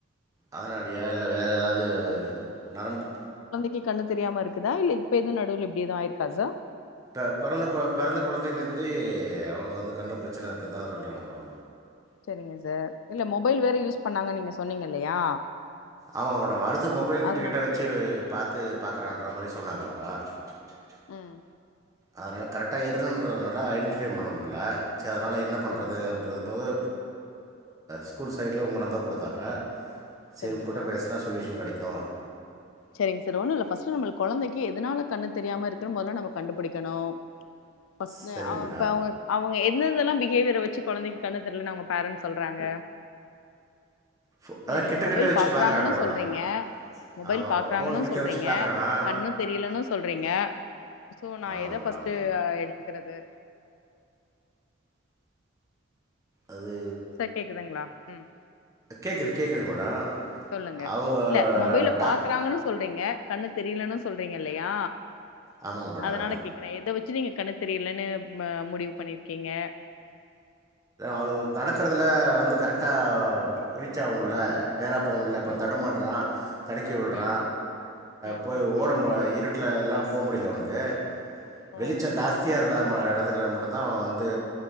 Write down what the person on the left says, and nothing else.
கு கண்ணு தெரியாம இருக்குதா இல்ல இப்ப எதுவ் நடுவுல இப்டி எது ஆயிருக்கா சார்
செரிங்க சார் இல்ல மொபைல் வேற யூஸ் பண்ணாங்கன் நீங்க சொன்னிங்க இல்லையா
அதனால
கேக்குறே
உம்
சரிங்க சார்
சரிங்க
சார்
சரிங்க சார் ஒண்ணு இல்ல ஃபர்ஸ்ட் நம்ம கொழந்தைக்கு எதனால கண்ணு தெரியாம இருக்குனு மொதல்ல நம்ம கண்டுபிடிக்கணு ஃபஸ்ட்
அ
அவங்க. என்னதெல்லா பிஹேவியர் வச்சு கொழந்தைக்கு கண்ணு தெரியலன்னு அவங்க பேரன்ஸ் சொல்றாங்க.
இல்ல நீங்க
மொபைல்
பாக்குறாங்கன்னு
சொல்றீங்க, மொபைல்.
பாக்குறானு
சொல்றீங்க.
கண்ணு தெரியலனு சொல்றீங்க. சோ நா
ஏத
ஃபஸ்ட்டு. எடுத்துக்கிறது.
சார் கேக்குதுங்களா ம்
சொல்லுங்க
இல்ல மொபைல
பாக்குறாங்கன்னு சொல்றீங்க கண்ணு தெரியலன்னு சொல்றீங்க இல்லையா.
அதனால கேக்குற எதை வச்சு. எத வச்சு நீங்க கண்ணுதெரியலன்னு முடிவு பண்ணிருக்கீங்க.
ம்
ம் ம்
ம்
ம்
ஓ